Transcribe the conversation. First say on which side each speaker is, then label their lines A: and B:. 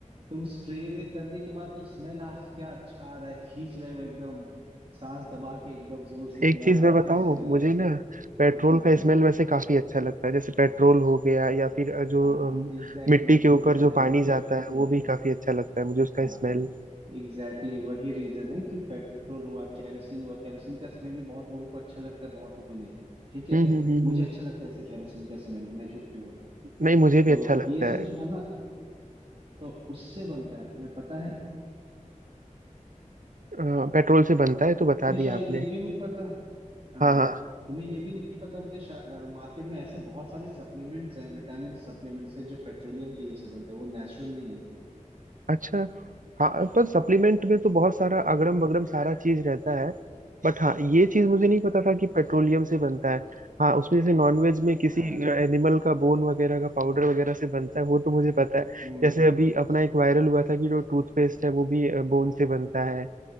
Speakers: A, on the right (about 45°); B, on the right (about 80°).
A: तुम स्प्रे करने के बाद तो स्मेल आह क्या अच्छा आ रहा है खींच रहे हो एकदम सांस दबा के एकदम जोर से
B: एक
A: किया
B: चीज
A: हाँ
B: मैं बताऊँ
A: क्या स्मेल
B: मुझे ना
A: है
B: पेट्रोल
A: <laughs>
B: का स्मेल वैसे काफी अच्छा लगता है जैसे पेट्रोल हो गया या फिर जो
A: हाँ
B: अम,
A: एग्जैक्टली
B: मिट्टी के ऊपर
A: एग्जैक्टली
B: जो पानी जाता
A: पेट्रोल
B: है वो भी काफी अच्छा लगता है मुझे उसका
A: हाँ
B: स्मेल
A: एग्जैक्टली exactly, वही रीजन है कि पेट्रोल हुआ kerosene हुआ kerosene का स्मेल भी बहुत लोगों को अच्छा लगता है बहुतों को नहीं ठीक है
B: हम्म हम्म हम्म
A: मुझे
B: हम्म।
A: अच्छा लगता है ऐसे kerosene का स्मेल मैं झूठ क्यों बोलूं
B: नहीं मुझे भी
A: तो
B: अच्छा लगता
A: ये सब
B: है
A: जो है ना तो उससे बनता है तुम्हें पता है
B: अ, पेट्रोल से बनता है तो बता
A: तुम्हें शायद
B: दिया आपने
A: ये भी नहीं पता हाँ
B: हाँ हाँ
A: तुम्हें ये भी नहीं पता होगा कि शा- अ, मार्केट में ऐसे बहुत सारे सप्लीमेंट्स हैं विटामिन सप्लीमेंट्स हैं जो पेट्रोलियम के ये से बनते हैं वो नेचुरल नहीं है
B: अच्छा हाँ पर सप्लीमेंट में तो बहुत सारा अगड़म बगड़म सारा चीज रहता है बट हाँ ये चीज मुझे नहीं पता था
A: हम्म
B: कि पेट्रोलियम से बनता है हाँ उसमें जैसे नॉनवेज में किसी
A: हाँ
B: एनिमल का बोन वगैरह का पाउडर वगैरह से बनता है वो
A: हम्म
B: तो मुझे पता है
A: हम्म।
B: जैसे अभी अपना एक वायरल हुआ था कि जो टूथपेस्ट है वो भी बोन से बनता है